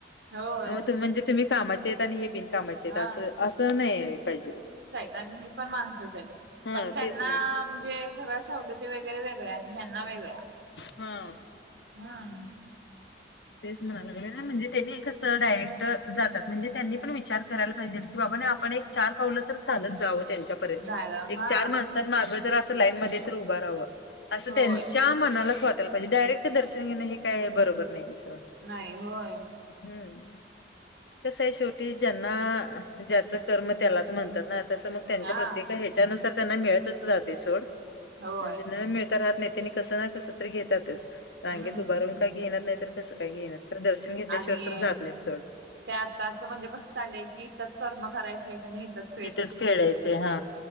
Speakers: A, on the right (about 80°); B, on the left (about 80°).
A: होय
B: म म्हणजे तुम्ही कामाचे आहेत आणि हे बिनकामाचे
A: हा
B: आहेत असं. असं नाही याय पाहिजे.
A: मेन ही पण माणसच आहेत
B: हा
A: पण त्यांना
B: तेच ना
A: म्हणजे सगळ्या सवलती वेगैरे वे गळ्या आणि ह्यांना वेगळ्या
B: हा
A: <inaudible> हम्म.
B: तेच म्हणा लागलोय ना म्हणजे त्यांनी कसं डायरेक्ट जातात म्हणजे त्यांनी पण विचार करायला पाहिजे. की बाबांनो आपण एक-चार पावलं तर चालत जावं त्यांच्यापर्यंत
A: झालं
B: एक-चार
A: हा
B: माणस पण माग जर आस लाईन मध्ये तर उभा राहावं. असं
A: होय
B: त्यांच्या मनालाच वाटायला पाहिजे डायरेक्ट दर्शन घेण हे काय बरोबर नाही अस.
A: नाही होय.
B: हम्म. कसं आहे शेवटी ज्यांना ज्याचं कर्म त्यालाच म्हणतात ना. तसं मग त्यांच्या
A: हा
B: प्रत्येका ह्याच्यानुसार त्यांना मिळतच जाते सोड.
A: होय
B: म्हणजे न मिळता राहत नाही त्यांनी कसं ना कस तरी घेतातच रांगेत
A: हम्म
B: उभारून काय घेईनात नाही तर कंस का घेईनात खरं दर्शन घेतल्याशिवाय
A: आणि
B: तर जात नाहीत सोड
A: ते आताच म्हणजे कस चालंय की इथंच कर्म करायच्या आहेत आणि इथंच
B: इथंच फेडायचे. हा